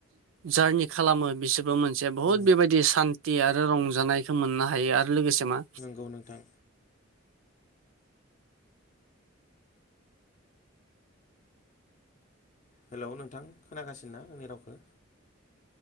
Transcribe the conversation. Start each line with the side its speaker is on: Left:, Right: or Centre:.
Right: जारनि खालामो बिसोरबो मोनसे बहुत
Left: औ
Right: बेबायदि सान खथि आरो रंजानायखौ मोननो हायो आरो लोगोसे मा
Left: नंगौ नोंथां। हेलौ नोंथां खोनागासिनो ना? आंनि रावखौ